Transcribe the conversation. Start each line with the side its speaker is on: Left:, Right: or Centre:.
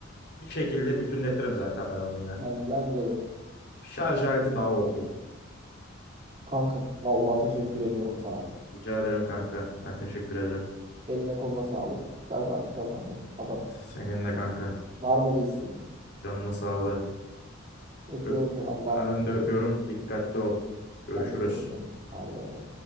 Left: Bir şekilde bütünletirim zaten ben onu ya.
Right: Ben, bence de.
Left: Şarj aleti daha OP.
Right: Kankam vallahi teşekkür ediyorum sana.
Left: Rica ederim kanka. Ben teşekkür ederim.
Right: Eline koluna sağlık. Şarj altı kazandı. Adamız.
Left: Senin de kanka.
Right: Var mı bir isteğin?
Left: Canının sağlığı.
Right: Öpüyorum
Left: Ö-
Right: seni. Allah'a
Left: Ben
Right: emanet
Left: de
Right: olun.
Left: öpüyorum. Dikkatli ol. Görüşürüz.
Right: Ben de canım benim. Hadi bay bay.